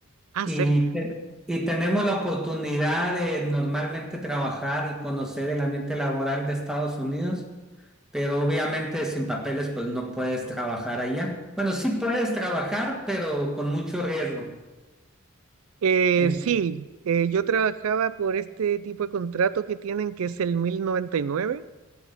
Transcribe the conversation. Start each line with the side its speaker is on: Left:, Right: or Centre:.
Right: Ah,
Centre: Y,
Right: cerca.
Centre: te- y tenemos la oportunidad de normalmente trabajar y conocer el ambiente laboral de Estados Unidos, pero obviamente sin papeles pues no puedes trabajar allá. Bueno, sí puedes trabajar, pero con mucho riesgo.
Right: Eh,
Centre: En-
Right: sí, eh, yo trabajaba por este tipo de contrato que tienen, que es el 1099.